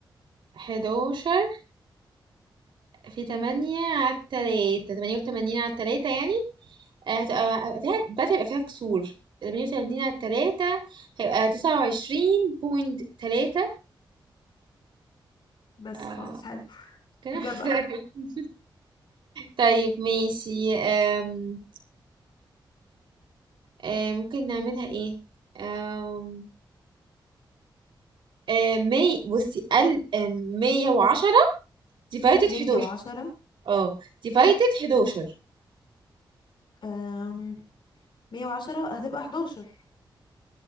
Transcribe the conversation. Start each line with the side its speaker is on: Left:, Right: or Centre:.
Right: حداشر في تمانية على التلاتة تمانية وتمانين على التلاتة يعني آه، هتبقى فيها بدأ يبقى فيها كسور تمانية وتمانين على التلاتة هيبقى تسعة وعشرين بوينت تلاتة
Left: بس
Right: آه،
Left: خلاص حلو <laughs>
Right: كده
Left: جدع
Right: <laughs> طيب ماشي آم، آم، ممكن نعملها ايه آم، آم، مي بصي ال آم، مية وعشرة ديفايتد
Left: مية
Right: حداشر
Left: وعشرة
Right: اه ديفايتد حداشر
Left: أم... مية وعشرة هتبقى حداشر